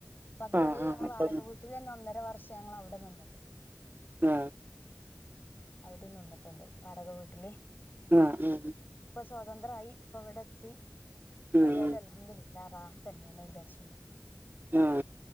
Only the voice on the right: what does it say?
ആഹ് ആഹ്
അപ്പൊ
അ
അ ആ! ഉ
ആഹ്
ആ